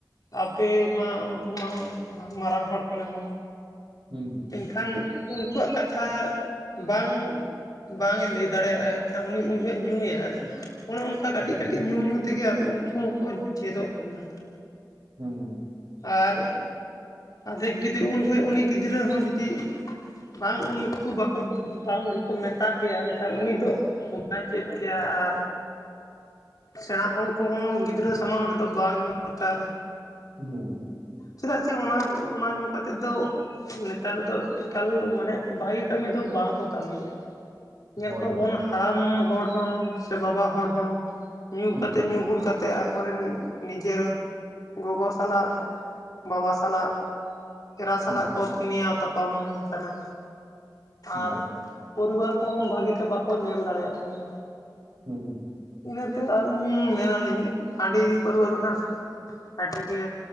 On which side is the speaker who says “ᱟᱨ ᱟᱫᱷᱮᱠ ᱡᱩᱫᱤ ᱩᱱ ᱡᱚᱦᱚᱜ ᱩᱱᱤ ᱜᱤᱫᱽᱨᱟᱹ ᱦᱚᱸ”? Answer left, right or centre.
Left